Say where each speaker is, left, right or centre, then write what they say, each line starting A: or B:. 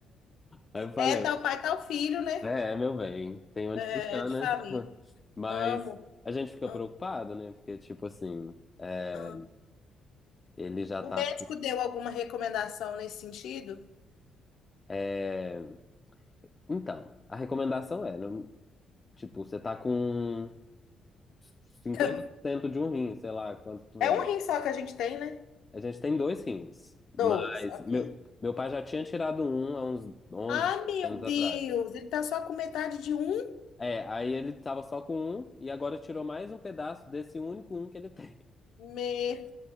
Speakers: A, on the left; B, on the left.
A: Aí eu falei,
B: É tal pai, tal filho, né?
A: É, é, meu bem, tem onde
B: É,
A: puxar,
B: de
A: né?
B: família.
A: <laughs> Mas
B: Amo.
A: a gente fica
B: Ah,
A: preocupado, né? Porque, tipo assim, é,
B: ah.
A: ele já
B: O
A: tá.
B: médico
A: com-
B: deu alguma recomendação nesse sentido?
A: é, então, a recomendação é, não- tipo, você tá com cinquenta
B: <laughs>
A: por cento de um rim, sei lá quanto tu
B: É
A: é.
B: um rim só que a gente tem, né?
A: A gente tem dois rins, mas
B: Dois, ok.
A: meu, meu pai já tinha tirado um há uns 11
B: Ah, meu
A: anos atrás.
B: Deus, ele tá só com metade de um?
A: É, aí ele tava só com um e agora tirou mais um pedaço desse único um que ele tem.
B: Meu,